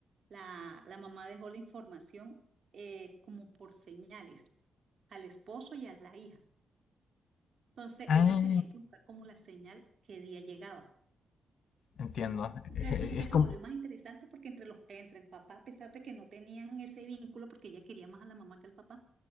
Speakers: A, on the right; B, on the left.
A: la, la mamá dejó la información eh, como por señales al esposo y a la hija. Entonces
B: Ah,
A: ellos tenían que buscar como la señal qué día llegaba.
B: entiendo. <laughs>
A: Entonces
B: Es
A: como que se
B: como
A: volvió más interesante porque entre los, entre el papá, a pesar de que no tenían ese vínculo, porque ella quería más a la mamá que al papá,